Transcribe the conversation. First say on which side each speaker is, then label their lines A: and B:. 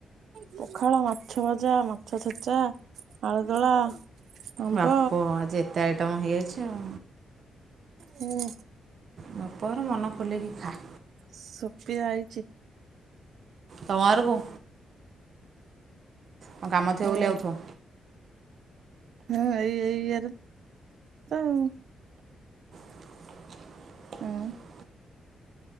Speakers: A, on the right; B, on the right.
A: ପଖାଳ ମାଛ ଭଜା ମାଛ ଛେଚା ଆଳୁଦଳା। ଆମ୍ବ
B: ବାପ ଆଜି ଏତେ ଆଇଟମ୍ ହେଇଯାଇଚି ଆଉ।
A: ହୁଁ।
B: ବାପ ଘର ମନ ଖୋଲିକି ଖା।
A: ସୁପି ଆଇଚି।
B: ତମ ଘରକୁ। କଣ କାମ ଥିବ
A: ହୁଁ
B: ବୋଲି ଆଉଥୁବ।
A: ହୁଁ ଏଇ ଏଇ ଇ ଏ ରେ ତ ଆଉ।
B: <inaudible>
A: ହୁଁ